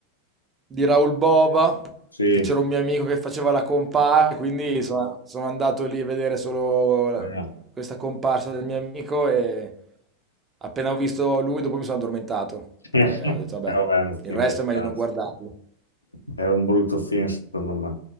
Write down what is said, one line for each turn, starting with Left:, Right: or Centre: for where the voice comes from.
Right: Di Raoul Bova,
Left: Sì,
Right: che c'era un mio amico che faceva la comparsa, quindi sono sono andato lì a vedere solo la-
Left: eh.
Right: questa comparsa del mio amico e appena ho visto lui, dopo mi sono addormentato.
Left: <laughs>
Right: E ho detto, vabbè,
Left: Eh, vabbè, è un
Right: il
Left: film
Right: resto
Left: del
Right: è meglio
Left: cazzo.
Right: non guardarlo.
Left: È un brutto film, secondo me.